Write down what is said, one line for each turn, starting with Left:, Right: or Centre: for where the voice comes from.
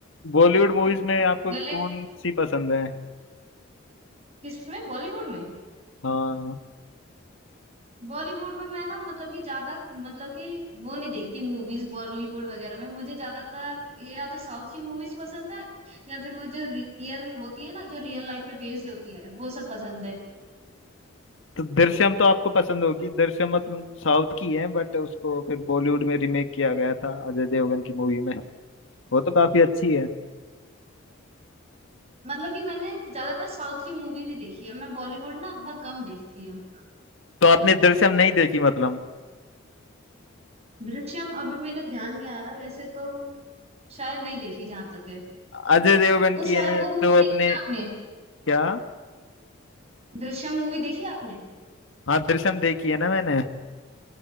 Left: बॉलीवुड मूवीज
Right: तो
Left: में आपको
Right: गले
Left: कौन
Right: में
Left: सी पसंद है
Right: किसमें बॉलीवुड में
Left: हाँ
Right: बॉलीवुड में मैं ना मतलब कि ज्यादा मतलब कि वो नहीं देखती मूवीज बॉलीवुड वगैरह में मुझे ज्यादातर ये या तो साउथ की मूवीज पसंद है या फिर वो जो रियल होती है ना जो रियल लाइफ पे बेस्ड होती है वो सब पसंद है
Left: तो दृश्यम तो आपको पसंद होगी दृश्यम मतलब साउथ की है बट उसको फिर बॉलीवुड में रीमेक किया गया था अजय देवगन की मूवी में वो तो काफी अच्छी है
Right: मतलब कि मैंने ज्यादातर साउथ की मूवीज ही देखी है मैं बॉलीवुड ना बहुत कम देखती हूँ
Left: तो आपने दृश्यम नहीं देखी मतलब
Right: दृश्यम अभी मेरे ध्यान नहीं आ रहा वैसे तो शायद नहीं देखी जहां तक है
Left: अजय देवगन
Right: उस
Left: की
Right: वाला
Left: है
Right: वो
Left: जो
Right: मूवी
Left: अपने
Right: देखी आपने
Left: क्या
Right: दृश्यम मूवी देखी आपने
Left: हाँ दृश्यम देखी है ना मैंने